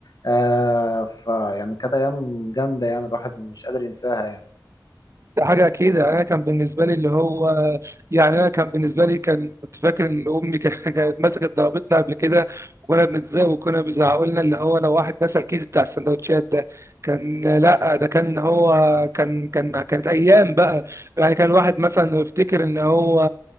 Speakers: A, on the left; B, on the right.
A: آه فيعني كانت ايام جامده يعني الواحد مش قادر ينساها يعني
B: ده حاجة أكيد يعني أنا كان بالنسبة لي اللي هو يعني أنا كان بالنسبة لي كان كنت فاكر إن أمي كان- <laughs> كانت مسكت ضربتنا قبل كده وكنا بنتزاق وكنا بيزعقوا لنا اللي هو لو واحد نسى الكيس بتاع السندوتشات ده كان لأ ده كان هو كان كان كانت أيام بقى يعني كان الواحد مثلا يفتكر إن هو